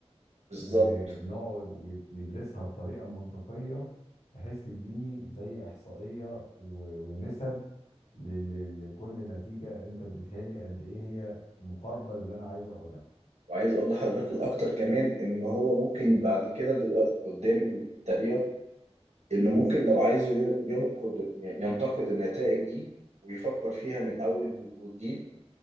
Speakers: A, on the right; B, on the left.
A: بالظبط
B: ونقعد
A: و-
B: ي- يدرسها بطريقة منطقية بحيث تديني زي احصائية و- ونسب ل- ل- لكل نتيجة انت اديتها لي قد ايه هي مقاربة للي انا عايزه او لا
A: وعايز أقول لحضرتك الأكتر كمان إن هو ممكن بعد كده دلوقتي قدام تقريبا إن ممكن لو عايزه ي- ينقد ينتقد النتائج دي ويفكر فيها من أول وجديد